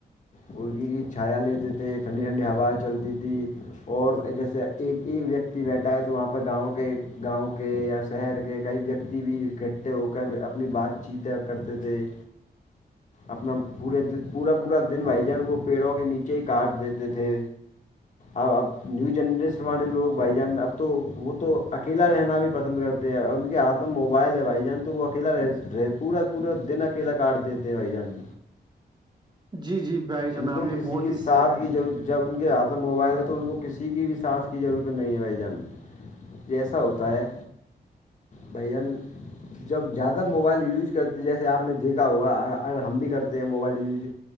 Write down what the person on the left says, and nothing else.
مرکی کی چھایا لیتے تھے ٹھنڈی ٹھنڈی ہوائیں چلتی تھی اور جیسے ایک ایک ویکتی بیٹھا ہے تو وہاں پر گاؤں کے گاؤں کے یا شہر کے کئی ویکتی بھی اکٹھے ہو کر اپنی بات چیتیں کرتے تھے
اپنا پورے پورا پورا دن بھائی جان وہ پیڑوں کے نیچے ہی کاٹ دیتے تھے اب اب نیو جنریشن والے لوگ بھائی جان اب تو وہ تو اکیلا رہنا بھی پسند کرتے اور ان کے ہاتھ میں موبائل ہے بھائی ب جان تو وہ اکیلا رہ پورا پورا دن اکیلا کاٹ دیتے بھائی جان
ان
کو
کسی
کی
ساتھ
کی ضرت جب ان کے ہاتھ میں موبائل ہے تو ان کو کسی کی بھی ساتھ کی ضرورت نہیں ہے بھائی جان جیسا ہوتا ہے بھان جب زیادہ موبائل یوج کرتی جیسے آپ نے دیکھا ہوگا اگر ہم بھی کرتے ہیں موبائل یوج